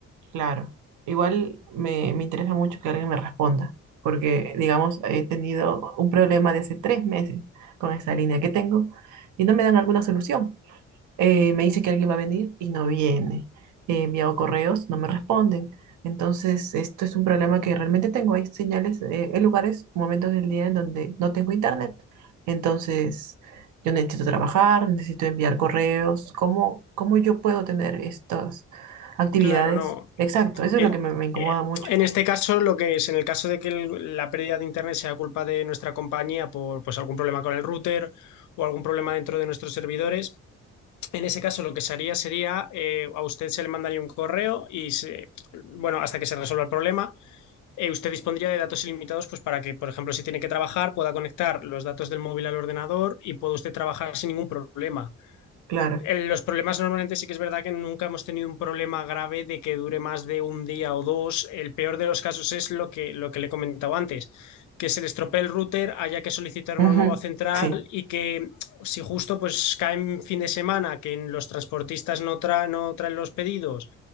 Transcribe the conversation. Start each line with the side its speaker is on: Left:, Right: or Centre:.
Right: claro. Igual me, me interesa mucho que alguien me responda, porque, digamos, he tenido un problema de hace tres meses con esa línea que tengo y no me dan alguna solución. eh, me dice que alguien va a venir y no viene. He enviado correos, no me responden. Entonces, esto es un problema que realmente tengo. Hay señales, eh, hay lugares, momentos del día en donde no tengo internet. Entonces, yo necesito trabajar, necesito enviar correos. ¿Cómo, cómo yo puedo tener estas actividades?
Left: Claro, no.
Right: Exacto, eso
Left: El-
Right: es lo que me, me incomoda
Left: eh,
Right: mucho.
Left: en este caso, lo que es, en el caso de que el- la pérdida de internet sea culpa de nuestra compañía por pues algún problema con el router o algún problema dentro de nuestros servidores En ese caso, lo que se haría sería, eh, a usted se le mandaría un correo y, se, bueno, hasta que se resuelva el problema, eh, usted dispondría de datos ilimitados pues, para que, por ejemplo, si tiene que trabajar, pueda conectar los datos del móvil al ordenador y pueda usted trabajar sin ningún problema
Right: Claro.
Left: el- los problemas normalmente sí que es verdad que nunca hemos tenido un problema grave de que dure más de un día o dos. El peor de los casos es lo que, lo que le he comentado antes, que se le estropee el router, haya que solicitar
Right: Ujú,
Left: una nueva central
Right: Sí,
Left: y que si justo pues cae en fin de semana, que los transportistas no, tra- no traen los pedidos,